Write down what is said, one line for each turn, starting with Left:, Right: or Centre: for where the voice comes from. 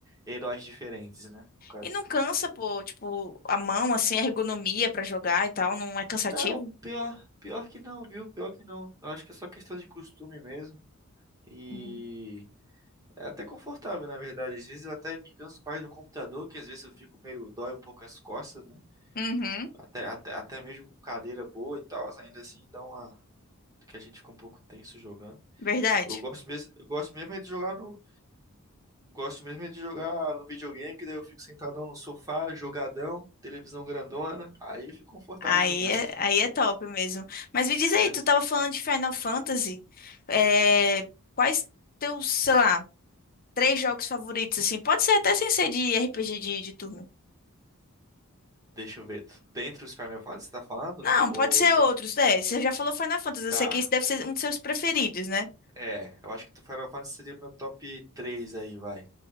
Right: heróis diferentes, né? No caso.
Left: E não cansa, pô, tipo, a mão, assim, a ergonomia pra jogar e tal, não é cansativo?
Right: Não, pior, pior que não, viu? Pior que não. Eu acho que é só questão de costume mesmo. E
Left: Uhum,
Right: É até confortável, na verdade. Às vezes eu até me canso mais no computador, que às vezes eu fico meio, dói um pouco as costas, né?
Left: Uhum,
Right: Até, até, até mesmo com cadeira boa e tal, ainda assim dá uma. Que a gente fica um pouco tenso jogando.
Left: verdade.
Right: Eu gosto mesmo, eu gosto mesmo é de jogar no. Gosto mesmo é de jogar no videogame, que daí eu fico sentadão no sofá, jogadão, televisão grandona. Aí eu fico confortável
Left: Aí
Right: jogando.
Left: é, aí é top mesmo. Mas me diz aí,
Right: <laughs>
Left: tu tava falando de Final Fantasy, é, quais teus, sei lá três jogos favoritos, assim. Pode ser até sem ser de RPG de, de turno.
Right: Deixa eu ver. Dentre os Final Fantasy, você tá falando?
Left: Não,
Right: Ou.
Left: pode ser
Right: co-
Left: outros, né? Você já falou Final Fantasy, eu
Right: Tá.
Left: sei que esse deve ser um dos seus preferidos, né?
Right: É, eu acho que o Final Fantasy seria o meu top 3 aí, vai.